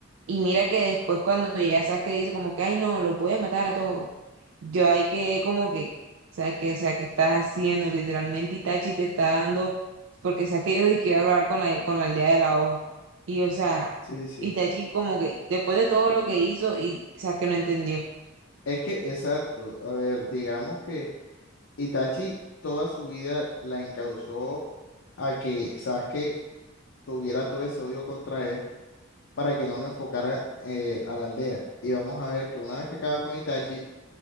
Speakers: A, on the right; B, on the left.
A: Y mira que después cuando llega Sasuke dice como que, ay no, los voy a matar a todos. Yo ahí quedé como que, o sea, que, o sea, que estás haciendo literalmente Itachi te está dando, porque sabes que yo dije que iba a grabar con la, con la aldea de la hoja. Y o sea,
B: Sí, sí.
A: Itachi como que después de todo lo que hizo y o sea, que no entendió.
B: Es que, exacto. A ver, digamos que Itachi toda su vida la encausó a que Sasuke tuviera todo ese odio contra él para que no lo enfocara eh, a la aldea. Y vamos a ver que una vez que acaba con Itachi,